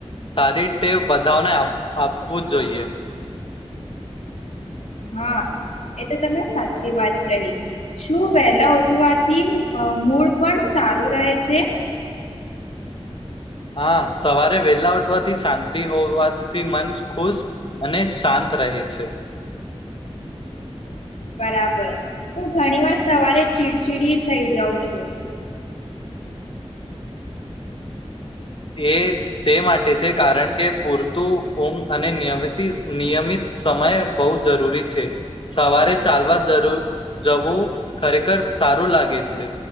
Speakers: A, on the left (about 50°); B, on the left (about 80°).
A: સારીીતે બધાને આપવું જોઈએ.
B: હા એ તો તમે સાચી વાત કહી શું વહેલા ઉઠવાથી મૂળ પણ સારો રહે છે.
A: હા સવારે વેલાટ. વાથી શાંતિ હોવા. થી મન ખુશ અને શાંત રહે છે.
B: બરાબર હું ઘણી વાર સવારે. ચીડચીડી થઈ જાઉં છું. છે.
A: એ તે માટે છે કારણ કે પૂરતું ઊંઘ અને નિયમિત નિયમિત સમય બહુ જરૂરી છે સવારે ચાલવા જરૂર જવું ખરેખર સારું લાગે છે